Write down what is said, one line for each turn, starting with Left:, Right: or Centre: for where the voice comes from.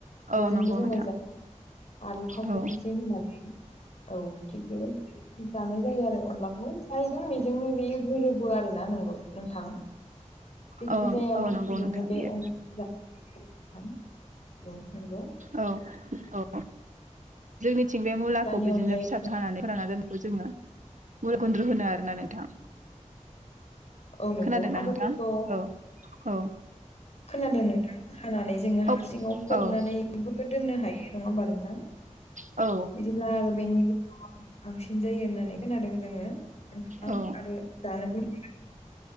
Left: बेजोंबो
Right: औ नंगौ
Left: जोङो
Right: नोंथां।
Left: आलु खावसे
Right: औ
Left: खावसे होनानै औ थिग बेबायदि जानाय जायो आरो अनलाखौ जायजों मेजोंनो बेयो गोरोबो आरो ना नोंगौ नोंथां जिखि
Right: औ
Left: जाया
Right: औ
Left: बुस्थुजोंनो
Right: नंगौ नोंथां
Left: बे
Right: बियो
Left: अ <unintelligible> नोंथां। औ नोंगौ।
Right: औ औ जोंनिथिंजाय बे मुलाखौ
Left: नि
Right: बिदिनो
Left: अनगायै
Right: फिसा हानानै फोरानना दोननायखौ जोङो मुलगुन्द्रु होनो आरोना नोंथां।
Left: औ नोंगौ
Right: खोनादोंना
Left: आरो
Right: नोंथां
Left: बेखौ
Right: औ औ
Left: खोनादों नोंथां हानानै जोंङो
Right: औ
Left: हा सिङाव फबनानै
Right: औ
Left: दिफोरखो दोननो हायो नङा होमबा नोंथां।
Right: औ।
Left: बिदिब्ला आरो बेनि गोहोवा बांसिन जायो होननानै खोनादों जोंङो। नोंथां
Right: औ
Left: आरो जानोबो।